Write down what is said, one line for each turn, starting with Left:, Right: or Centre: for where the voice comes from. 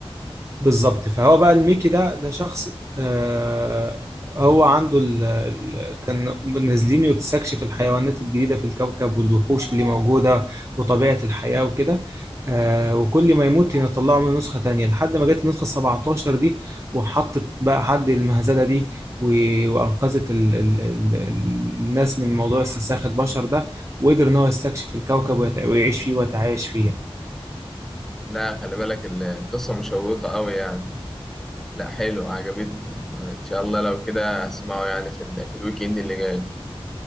Right: بالظبط فهو بقى الميكي ده ده شخص آه هو عنده ال ال كان نازلين يستكشف الحيوانات الجديدة في الكوكب والوحوش اللي موجودة وطبيعة الحياة وكده آه وكل ما يموت يطلعوا منه نسخة تانية لحد ما جت النسخة 17 دي وحطت بقى حد المهزلة دي و- وأنقذت ال ال ال الناس من موضوع استنساخ البشر ده وقدر إن هو يستكشف الكوكب ويتع- ويعيش فيه ويتعايش فيه يعني.
Centre: لا خلي بالك ال- القصة مشوقة قوي يعني لا حلو عجبتني آه، ان شاء الله لو كده اسمعه يعني في ال... في الويك اند اللي جاي